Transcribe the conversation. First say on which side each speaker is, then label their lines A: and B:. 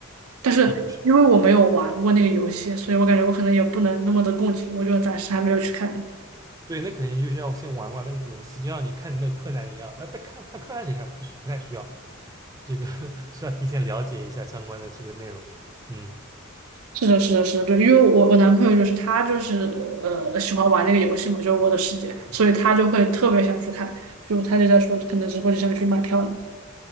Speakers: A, on the right; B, on the right.
A: 但是因为我没有玩过那个游戏，
B: 是的，是的，
A: 所以我感觉我可能也不能那么的共情，我就暂时还没有去看它。
B: 对，那肯定就是要先玩玩那个游戏，就像你看你那个柯南一样，啊，但看看柯南其实还不需不太需要，这个 <laughs> 需要提前了解一下相关的这个内容，嗯
A: 是的，是的，是的，对，因为我我男朋友就是他就是呃喜欢玩那个游戏嘛，就是《我的世界》，
B: 嗯，
A: 所以他就会特别想去看，就他就在说可能之后就想去买票了。